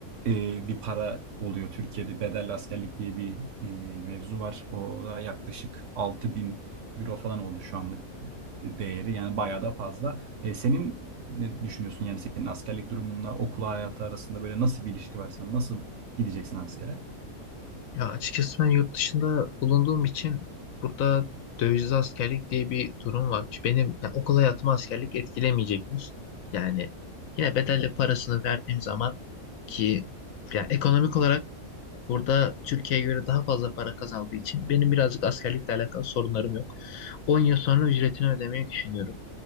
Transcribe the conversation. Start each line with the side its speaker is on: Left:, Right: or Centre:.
Right: e, bir para oluyor. Türkiye'de bedelli askerlik diye bir e, mevzu var. O da yaklaşık altı bin euro falan oldu şu anlık değeri. Yani bayağı da fazla. E, senin ne düşünüyorsun? Yani senin askerlik durumunla okul hayatı arasında böyle nasıl bir ilişki var? Sen nasıl gideceksin askere?
Left: Ya açıkçası ben yurt dışında bulunduğum için burada dövizli askerlik diye bir durum varmış. Benim yani okul hayatımı askerlik etkilemeyecekmiş. Yani yine bedelli parasını verdiğim zaman ki yani ekonomik olarak burada Türkiye'ye göre daha fazla para kazandığı için benim birazcık askerlikle alakalı sorunlarım yok. 10 yıl sonra ücretini ödemeyi düşünüyorum.